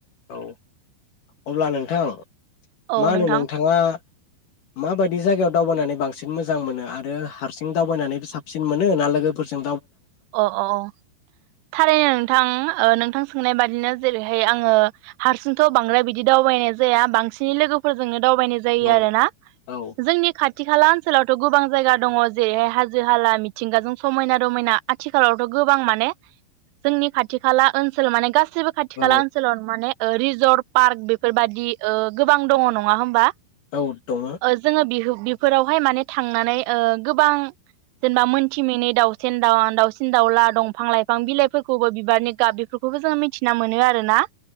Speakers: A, on the left; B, on the right.
A: औ अब्ला नोंथां
B: औ
A: मा होनो
B: नोंथां
A: नोंथाङा माबायदि जायगायाव दावबायनानै बांसिन मोजां मोनो आरो हारसिं दावबायनानै साबसिन मोनो ना लोगो फोरजों
B: अ अ अ थारैनो नोंथां ओ नोंथां सोंनाय बादिनो जेरैहाय आंङो हारसिंथ' बांद्राय बिदि दावबायनाय जाया बांसिनै लोगोफोरजोंनो दावबायनाय जायो
A: औ
B: आरोना
A: औ
B: जोंनि खाथि खालाओ ओनसोलावथ' गोबां जायगा दङ जेरैहाय हाजो हाला मिथिंगाजों समायना रमायना आथिखालावथ' गोबां माने जोंनि खाथि खाला ओनसोल माने गासै सैबो खाथि
A: औ
B: खाला ओनसोलाव माने ओ रिजर्ट पार्क बेफोरबायदि दि ओ गोबां दङ नङा होमबा?
A: औ दङ
B: ओ जोङो बिहु बेफोरावहाय माने थांनानै ओ गोबां जेनेबा मोनथिमै दाउसेन <unintelligible> दाउसिन दाउला दंफां लाइफां बिलाइफोरखौबो बिबारनि गाब बेफोरखौबो जोङो मिथिना मोनो आरोना ।